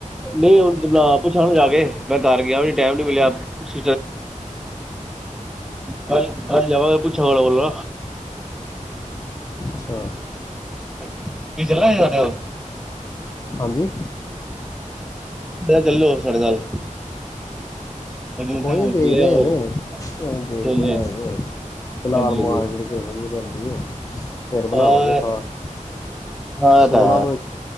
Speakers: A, in the centre; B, on the left.
A: ਨਹੀਂ ਹੁਣ ਪੁੱਛ ਜਾ ਕੇ ਮੈਂ ਘਰ ਗਿਆ ਟਾਈਮ ਨੀ ਮਿਲਿਆ। <unintelligible> ‌ ਕੱਲ- ਕੱਲ ਜਾਵਾਂਗਾ ਪੁੱਛਾਂਗਾ ਉਹਨਾਂ ਕੋਲੋਂ
B: ਅੱਛਾ।
A: ਤੁਸੀ ਚਲਣਾ ਸਾਡੇ ਨਾਲ।
B: ਹਾਂਜੀ?
A: ਚੱਲੋ ਸਾਡੇ ਨਾਲ। ਹਜੂਰ
B: ਕੋਈ
A: ਸਾਹਿਬ
B: ਨੀ
A: ਹੋ
B: ਦੇਖਦੇ
A: ਚੱਲੇ ਆ ਹੋਰ
B: ਹਲੇ
A: ਹਾਂਜੀ
B: ਦੇਖਦੇ
A: ਹਾਂਜੀ
B: ਹਜੇ ਫਿਲਹਾਲ
A: ਹਾਂਜੀ
B: ਮਾਰਕੀਟ,
A: ਹਾਂਜੀ
B: ਜਹੀ ਬਂਦੀ ਹੈ ਫੇਰ ਬਣਾਵਾਂਗੇ
A: ਹਾਂ
B: ਸਾਥ
A: ਹਾਂ
B: ਸੋਲਾਂ
A: ਤਾਂ
B: ਤੋਂ ਇੱਕ